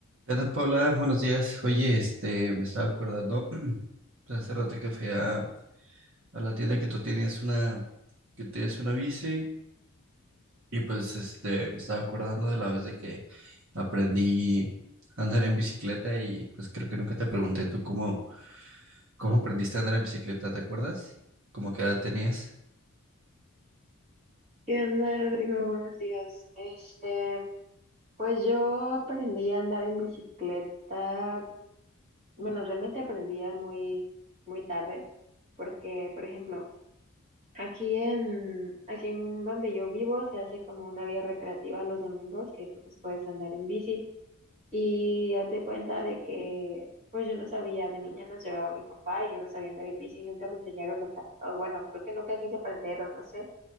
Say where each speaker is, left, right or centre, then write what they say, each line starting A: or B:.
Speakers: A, on the right; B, on the right.
A: ¿Qué tal, Paula? Buenos días. Oye, este, me estaba acordando, <clears throat> pues, hace rato que fui a, a la tienda que tú tienes una, que tienes una bici, y pues, este, me estaba acordando de la vez de que aprendí a andar en bicicleta y, pues, creo que nunca te pregunté tú cómo, cómo aprendiste a andar en bicicleta, ¿te acuerdas? ¿Cómo qué edad tenías?
B: ¿Qué onda, Rodrigo? Buenos días. Este, pues yo aprendí a andar en bicicleta. Bueno, realmente aprendí a muy, muy tarde, porque, por ejemplo, aquí en, aquí en donde yo vivo se hace como una vía recreativa los domingos que pues puedes andar en bici y haz de cuenta de que, pues yo no sabía, de niña nos llevaba mi papá y yo no sabía andar en bici, nunca me enseñaron, a tam- o bueno, creo que nunca quise aprender o no sé,